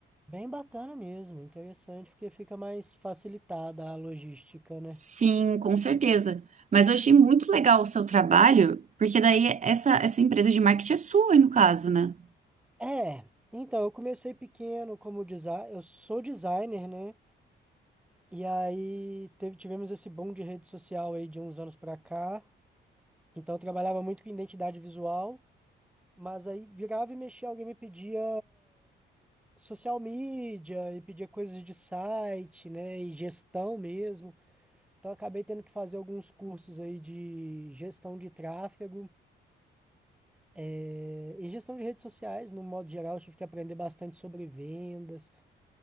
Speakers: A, in the centre; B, on the right.
A: Bem bacana mesmo, interessante, porque fica mais facilitada a logística, né?
B: Sim, com certeza. Mas eu achei muito legal o seu trabalho, porque daí essa, essa empresa de marketing é sua, no caso, né?
A: É, então, eu comecei pequeno como designer, eu sou designer, né? E aí teve, tivemos esse boom de rede social aí de uns anos pra cá. Então eu trabalhava muito com identidade visual, mas aí virava e mexia, alguém me pedia social media e pedia coisas de site, né? E gestão mesmo. Então eu acabei tendo que fazer alguns cursos aí de gestão de tráfego. eh, e gestão de redes sociais, no modo geral, eu tive que aprender bastante sobre vendas.